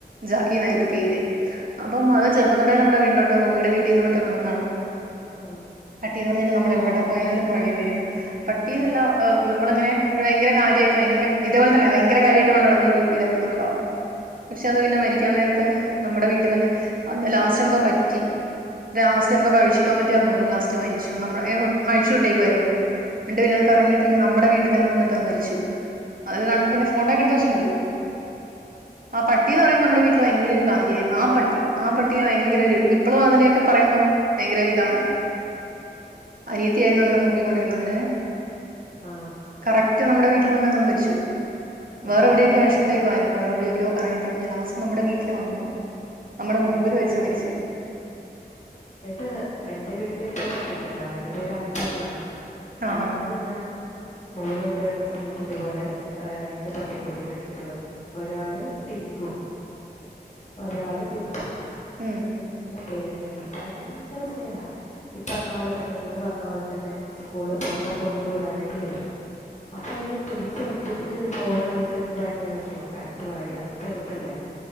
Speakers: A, on the right; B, on the left.
A: ജാക്കിന്നായിരുന്നു പേര്. അപ്പം അത് ചെറുപ്പം തൊട്ടേ നമ്മുടെ വീട്ടിലുണ്ട് മമ്മിടെ വീട്ടീന്ന് മറ്റെ കൊണ്ടുന്നാണ്.
B: മ്
A: പട്ടിന്ന് പറഞ്ഞാൽ നമ്മള എവിടെ പോയാലും പുറകെ വരും പട്ടി ന്നല്ലാ നമ്മളങ്ങനെവയങ്കര കാര്യയിട്ട് ങ്കര ഇതെപോലെ തന്നെവയങ്കര കാര്യയിട്ട് കൊണ്ടക്കുന്നൊരു ഇതായിരുന്നുട്ടോ. പക്ഷെ അത് പിന്നെ മരിക്കാൻ നേരത്ത് നമ്മടെ വീട്ടിതന്നെ അന്ന് ലാസ്റ്റ് എന്തോ പറ്റി. ലാസ്റ്റ് എന്തോ കഴിച്ചിട്ടോ മാറ്റാആ തോന്നുണു ലാസ്റ്റ് മരിച്ചു. നമ്മള എ ഓ അഴിച്ചു വിട്ടേകുയാഇരുന്നു. നിട്ട് പിന്ന അത് കറങ്ങി തിരിഞ്ഞ് നമ്മടെ വീട്ടി തന്നെവന്നിട്ട്ത് മരിച്ചു. അത് കാണുമ്പം പിന്നെ ഫോട്ടോക്കെ എടുത്തു വെച്ചിട്ടുണ്ട്. ആ പട്ടി ന്ന് പറയിന്നത് നമ്മടെ വീട്ടിൽ വയങ്കര ഒരു കാര്യരുന്നു ആ പട്ടി ആ പട്ടി <unintelligible> ഭയങ്കര ഒരു ഇപ്പോഴും അതിനെയൊക്കെ പറയുമ്പം ഭയങ്കര ഇതാണ് അനിയത്തി തിയാരുന്നു അ അതിനെ നോക്കി ക്കൊണ്ടിരുന്നതിനെ
B: ആ
A: കറക്റ്റ് നമ്മുടെ വീട്ടിൽ വന്നങ് മരിച്ചു.
B: ഓ
A: വേറെ എവിടേക്കോ അഴിച്ചുവിട്ടേക്കായിരുന്നു വേറെ എവിടെയക്കോ കറങ്ങി തിരി ഞ് ലാസ്റ്റ് നമ്മുടെ വീ ട്ടില് വന്നു നമ്മടെ മുമ്പില്
B: ഉം.
A: വെച്ച് മരിച്ച്.
B: ഇത് എന്റെ വീട്ടില് ഇപ്പോ പട്ടിണ്ട് ട്ടോ അവന്റെ പേര് അപ്പൂന്നാണ്.
A: ആഹാ
B: പണ്ട് ഞാൻ സ്കൂള് വിട്ട് വരുന്ന സമയത്ത് റ്റ ഇതുപോലെ രണ്ട് പട്ടിക്കുട്ടിനെ ടുത്തിട്ട് വന്നീനു ഒരാള് ടിങ്കു. ഒരാൾ ട്ടിപ്പു.
A: മം
B: പേരുണ്ടായിരുന്നു ഭയങ്കര സ്നേഹ ഈ പറഞ്ഞ പോലെ തന്നെ നിങ്ങൾ പറഞ്ഞ പോലെ തന്നെ സ്കൂളിൽ പോകു ഇപ്പൊ കൊണ്ടു വിടാനായിട്ട് വരും. അപ്പൊഅ ഇത് തിരിച്ച് ഒറ്റയ്ക്ക് പോകുന്ന ആലോയിച്ചു എനിക്ക് ഭയങ്കര വെഷമാ കറക്റ്റ് വഴി അന്ന് ചെറുതല്ലേ.